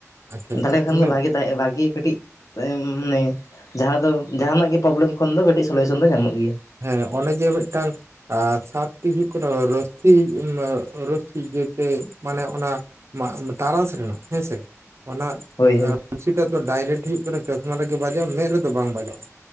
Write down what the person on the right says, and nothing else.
ᱟᱪᱪᱷᱟ ᱟᱪᱪᱷᱟ
ᱤᱱᱟᱹ
ᱦᱮᱸ ᱚᱱᱮ ᱡᱮ ᱢᱮᱫᱴᱟᱝ? ᱟᱨ ᱥᱟᱛ ᱴᱤ ᱦᱩᱭᱩᱜ ᱠᱟᱱᱟ, ᱨᱟᱹᱛᱷᱤᱼᱤᱡ ᱮ ᱢᱮ ᱨᱟᱹᱛᱷᱤ ᱡᱮᱴᱮ ᱢᱟᱱᱮ ᱚᱱᱟ ᱢᱟᱜ ᱢᱮ ᱴᱟᱨᱟᱥ ᱨᱮᱱᱟᱜ ᱦᱮᱸᱥᱮ ᱚᱱᱟ
ᱟᱸ ᱟᱹᱨᱥᱤ ᱴᱟᱜ ᱫᱚ ᱰᱟᱭᱨᱮᱠᱴ ᱦᱤᱭᱩᱜ ᱠᱟᱱᱟ, ᱪᱚᱥᱢᱟ ᱨᱮᱜᱮ ᱵᱟᱡᱟᱜᱼᱟ ᱢᱮᱫ ᱨᱮᱫᱚ ᱵᱟᱝ ᱵᱟᱡᱟᱜᱼᱟ?